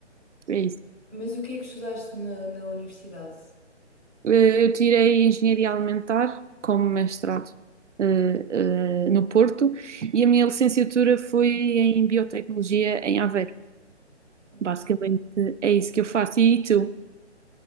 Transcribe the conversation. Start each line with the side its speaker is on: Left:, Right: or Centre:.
Right: É isso.
Left: Mas o que é que estudaste na, na universidade?
Right: Eh, Eu tirei Engenharia Alimentar como mestrado. eh, eh, no Porto e a minha licenciatura foi em Biotecnologia em Aveiro.
Left: Ok.
Right: Basicamente é isso que eu faço. E tu?